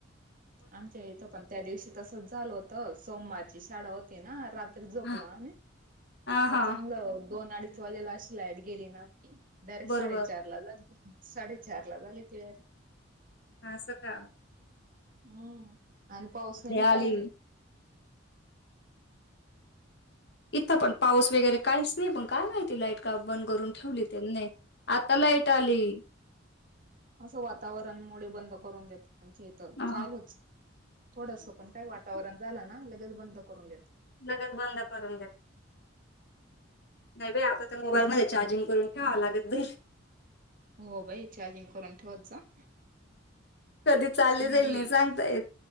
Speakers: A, on the right (about 45°); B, on the left (about 55°).
A: आमच्या इथं पण त्या दिवशी तसंच झालं होत सोमवारची शाळा होती नाात झोपल
B: ह
A: आ
B: हा
A: त्या
B: हा
A: चांगलं दोन अडीच वाजेला अशी लाईट गेली ना डायरेक्ट
B: बरोबर
A: साडेचार ला झाली साडेचार ला झाली तडरे
B: हा अस का
A: हम्म आणिन पवसनन
B: आली
A: काही नाही
B: इथं पण पाऊस वगैरे काहीच नाही पण काय माहितीय लाईट का बंद करून ठेवली त्यांनी आता लाईट आली
A: असं वातावरण मु बंद करून देतात आमच्या इथ
B: अह.
A: चालूच थोडस पण काय वातावरण झालं ना लगेच बंद करून देत
B: लगच बंद करून देत नाही बाई आता तर मोबाईल मध्ये चार्जिंग करून ठेवावं लागत बई
A: हो भाई चार्जिंग करून ठेवत जा
B: कधी चालली
A: मी
B: जाईल
A: बी
B: नाही सांगता येत